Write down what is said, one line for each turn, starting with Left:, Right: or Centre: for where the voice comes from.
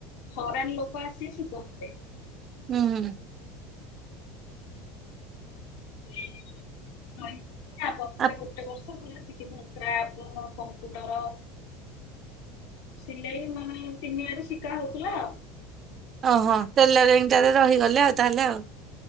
Left: ଫରେନ ଲୋକ ଆସି ଶିଖଉଥିଲେ।
Right: ହୁଁ ହୁଁ।
Left: ପରୀକ୍ଷା ବର୍ଷେ
Right: ଆ
Left: ଗୋଟେ ବର୍ଷ ବର୍ଷ ପୁରା ଶିଖେଇ ଥିଲେ କ୍ରାପ୍ଟଣ କମ୍ପ୍ୟୁଟର ସିଲେଇ ମାନେ ତିନି ଆଡେ ଶିକା ହଉଥିଲା।
Right: ଓହୋ ଟେଲରିଙ୍ଗ ଟାରେ ରହିଗଲେ ଆଉ ତାହେଲେ ଆଉ।